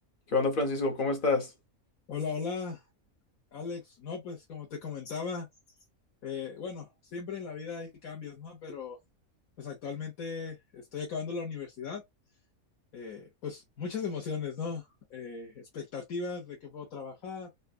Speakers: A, on the left; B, on the left.
A: ¿Qué onda, Francisco? ¿Cómo estás?
B: Hola, hola, Alex. No, pues como te comentaba, eh, bueno, siempre en la vida hay cambios, ¿no? Pero pues actualmente estoy acabando la universidad. eh, pues muchas emociones, ¿no? Eh, expectativas de qué puedo trabajar,